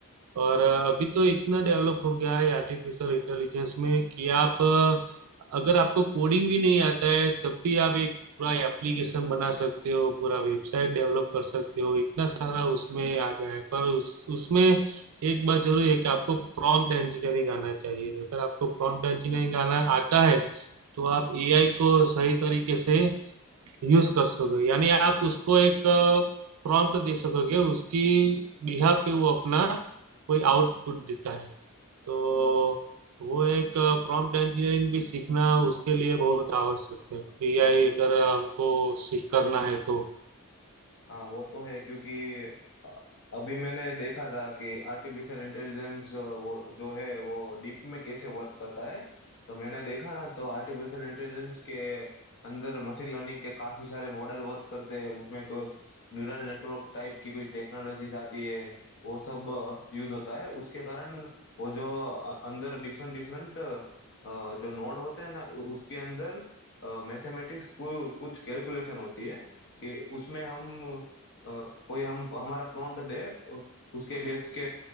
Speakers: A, on the right; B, on the left.
A: और अ, अभी तो इतना डेवलप हो गया है आर्टिफिशियल इंटेलिजेंस में कि आप अ, अगर आपको कोडिंग भी नहीं आता है तब भी आप एक पूरा एप्लीकेशन बना सकते हो पूरा वेबसाइट डेवलप कर सकते हो इतना सारा उसमें आ गया है पर उस उसमें एक बात जरूर है कि आपको प्रॉम्प्ट इंजीनियरिंग आना चाहिए अगर आपको प्रॉम्प्ट इंजीनियरिंग आना आता है तो आप एआई को सही तरीके से यूज कर सकोगे यानी आप उसको एक प्रॉम्प्ट दे सकोगे उसकी बिहाफ पे वो अपना कोई आउटपुट देता है तो वो एक प्रॉम्प्ट इंजीनियरिंग भी सीखना उसके लिए बहुत आवश्यक है एआई
B: हाँ
A: अगर हमको सीख करना है तो
B: हाँ वो तो है क्योंकि अ, अभी मैंने देखा था कि आर्टिफिशियल इंटेलिजेंस वो जो है वो डीप में कैसे वर्क करता है तो मैंने देखा ना तो आर्टिफिशियल इंटेलिजेंस के अंदर मशीन लर्निंग के काफी सारे मॉडल वर्क करते हैं उसमें कोई न्यूरल नेटवर्क टाइप की कोई टेक्नोलॉजीज आती है वो सब यूज होता है उसके कारण वो जो अ, अंदर डिफरेंट डिफरेंट जो नोड होते हैं ना उ- उसके अंदर मैथमेटिक्स कुछ कैलकुलेशन होती है कि उसमें हम अ, कोई हम हमारा प्रॉम्प्ट दे उ- उसके बेस के